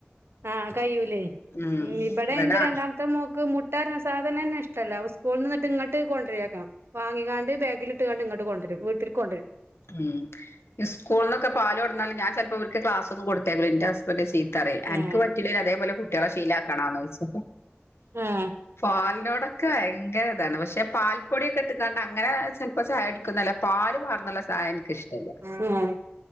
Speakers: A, on the right; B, on the left.
A: ആഹ് കഴിയൂലേ
B: ഉം
A: ഇപടെ
B: ഇവടെ
A: ന്റെ രണ്ടാമത്തെ മോക്ക് മു ട്ടാന്നസാധനന്നെ ഇഷ്ടല്ല സ്കൂള് ന്ന് ഇങ്ങട്ട് കൊണ്ടരേക്കാം വാങ്ങിക്കാണ്ട് ബാഗിലിട്ട്കാണ്ട് ഇങ്ങോട്ട് കൊണ്ടരും വീട്ട്കൊണ്ടുരും
B: ഉം സ്കൂളന്നൊക്കെ പാലോടന്നാൽ ഞാൻ ചെല അവർക്ക് ക്ലാസൊന്നും കൊടു ത്തയക്കുല ന്റെ ഹസ്ബൻറ് ചീത്തറീം ആന്ക്ക്
A: ആഹ്
B: പറ്റീലങ്കിലും അതേപോലെ കുട്ട്യളെ ശീലക്കണോചോയ്ച്ച്
A: ആഹ്
B: പാലിനോടൊക്കെ ഭയങ്കരതാണ് പക്ഷെ പാൽപ്പൊടിയൊക്കെ ഇട്ട്ക്കാണ്ട് അങ്ങനെ ചെൽപ്പോ ചായുട്ക്കുന്നല്ല പാല് പാർന്ന്ള്ള ചായൻക്കിഷ്ട്ടല്ല്യ
A: <inaudible>